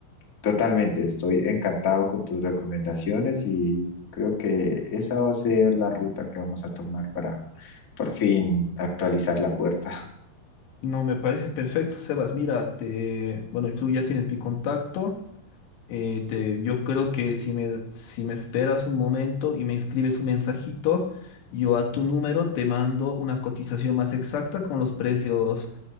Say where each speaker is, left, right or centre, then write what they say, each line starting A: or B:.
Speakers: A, on the left (about 45°); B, on the left (about 85°).
A: totalmente, estoy encantado con tus recomendaciones y creo que esa va a ser la ruta que vamos a tomar para por fin actualizar la puerta.
B: No, me parece perfecto, Sebas. Mira, te, bueno, tú ya tienes mi contacto. eh, te, yo creo que si me, si me esperas un momento y me escribes un mensajito, yo a tu número te mando una cotización más exacta con los precios